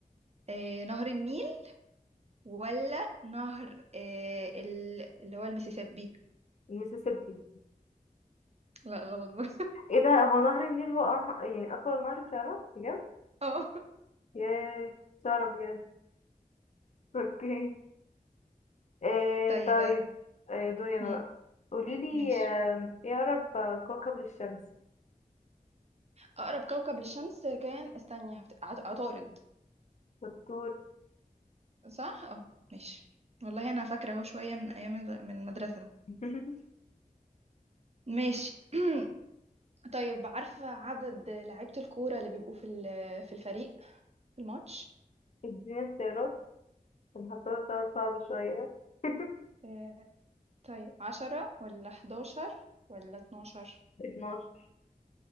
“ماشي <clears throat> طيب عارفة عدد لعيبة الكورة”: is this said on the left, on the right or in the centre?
Right